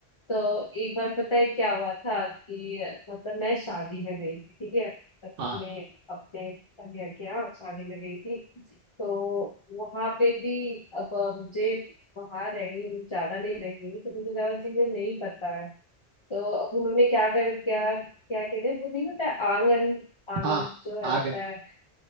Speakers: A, on the left; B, on the right.
A: तो एक बार पता है क्या हुआ था कि मतलब मैं शादी में गई थी ठीक है अपने
B: हाँ
A: अपने भैया के यहाँ शादी में गई थी तो वहां पे भी अब मुझे वहां रही हूँ ज्यादा नहीं रही हूँ तो मुझे ज्यादा चीजें नहीं पता है तो अब उन्होंने क्या कर क्या क्या कहते हैं वो नहीं होता है आंगन आंगन
B: हाँ
A: जो है
B: आगन
A: होता है